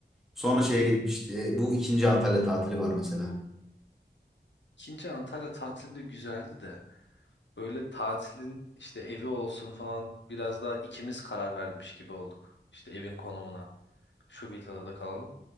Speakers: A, in the centre; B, on the left (about 80°).
A: Sonra şeye gitmişti. Bu ikinci Antalya tatili var mesela.
B: İkinci Antalya tatili de güzeldi de böyle tatilin işte evi olsun falan biraz daha ikimiz karar vermiş gibi olduk. İşte evin konumuna şu villada da kalalım.